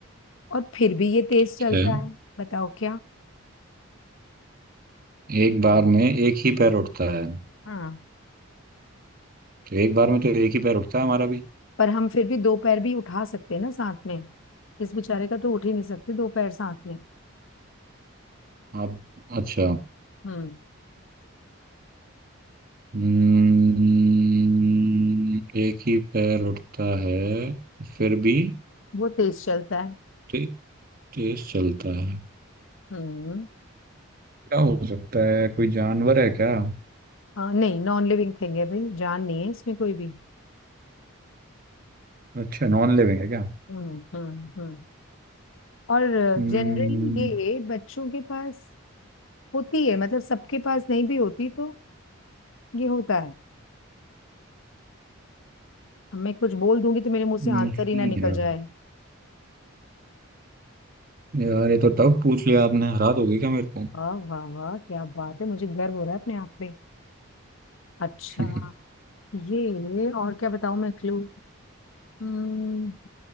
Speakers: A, on the left (about 65°); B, on the right (about 40°).
A: और फिर भी ये तेज
B: अच्छा,
A: चलता है बताओ क्या
B: एक बार में एक ही पैर उठता है
A: हाँ
B: तो एक बार में तो एक ही पैर उठता है हमारा भी
A: पर हम फिर भी दो पैर भी उठा सकते हैं ना साथ में इस बेचारे का तो उठ ही नहीं सकते दो पैर साथ में
B: आप अच्छा
A: हम्म
B: हम्म, एक ही पैर उठता है फिर भी
A: वो तेज चलता है
B: ते- तेज चलता है
A: हम्म
B: क्या हो सकता है कोई जानवर है क्या
A: हाँ नहीं नॉन लिविंग थिंग है भाई जान नहीं है इसमें कोई भी
B: अच्छा नॉन लिविंग है क्या
A: हम्म हम्म हम्म और
B: हम्म,
A: जनरली ये बच्चों के पास होती है मतलब सबके पास नहीं भी होती तो ये होता है अब मैं कुछ बोल दूंगी तो मेरे मुंह से
B: नहीं
A: आंसर ही ना निकल
B: यार
A: जाए
B: यार ये तो टफ पूछ लिया आपने हरा दोगे क्या मेरे को
A: वाह वाह वाह क्या बात है मुझे गर्व हो रहा है अपने आप पे अच्छा
B: <laughs>
A: ये और क्या बताऊं मैं क्लू हम्म